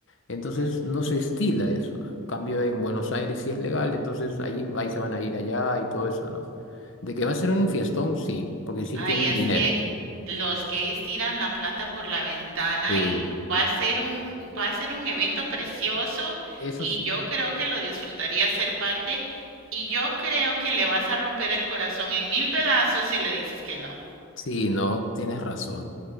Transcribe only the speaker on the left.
entonces
no se estila eso. Cambio en Buenos Aires sí es legal, entonces ahí, ahí se van a ir allá y todo eso, ¿no? De que va a ser un fiestón, sí, porque sí
tienen
dinero.
Sí,
eso
sí.
Sí, no, tienes razón.